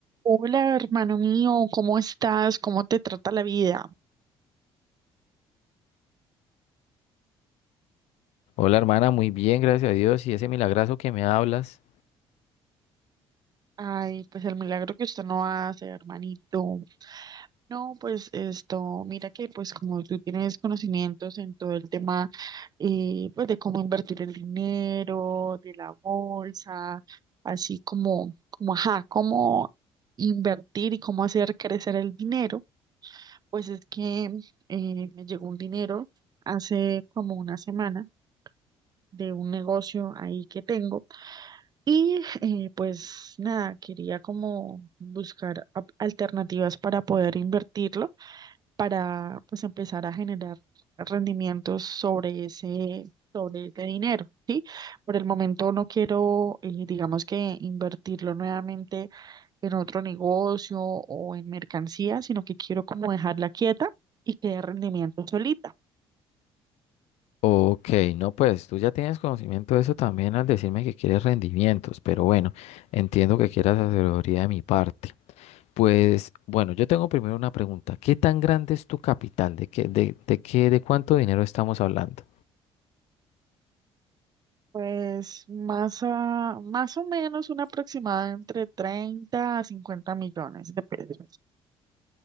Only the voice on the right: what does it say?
Hola, hermano mío, ¿cómo estás? ¿Cómo te trata la vida?
Ay, pues el milagro que usted no hace, hermanito. No, pues esto, mira que pues como tú tienes conocimientos en todo el tema, eh, pues de cómo invertir el dinero, de la bolsa, así como, como, ajá, cómo invertir y cómo hacer crecer el dinero, pues es que eh, me llegó un dinero hace como una semana de un negocio ahí que tengo. Y eh, pues nada, quería como buscar ap- alternativas para poder invertirlo, para pues empezar a generar rendimientos sobre ese, sobre ese dinero, ¿sí? Por el momento no quiero, eh, digamos que invertirlo nuevamente en otro negocio o en mercancía, sino que quiero como dejarla quieta y que dé rendimiento solita.
Pues más, a- más o menos una aproximada entre 30 a 50 millones de pesos.